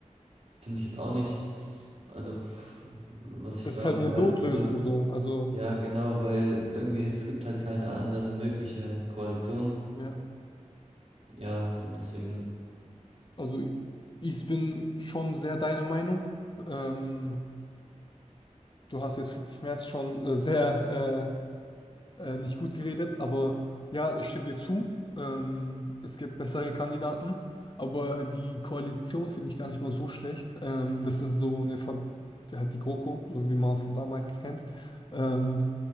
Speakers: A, on the right (about 55°); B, on the left (about 40°).
A: Finde ich jetzt auch nichts, also f- was
B: Es
A: ich davon
B: ist halt eine Notlösung
A: halten soll.
B: so. Also,
A: Ja, Ja. genau, weil irgendwie es gibt halt keine andere mögliche Koalition.
B: ja.
A: Ja, und deswegen.
B: Also, ich, ich bin schon sehr deiner Meinung. Ähm, du hast jetzt, finde ich, mehr schon äh, sehr äh, äh, nicht gut geredet, aber ja, ich stimme dir zu. Ähm, es gibt bessere Kandidaten, aber die Koalition finde ich gar nicht mal so schlecht. Ähm, das ist so eine, Ver halt die GroKo, so wie man von damals kennt. Ähm,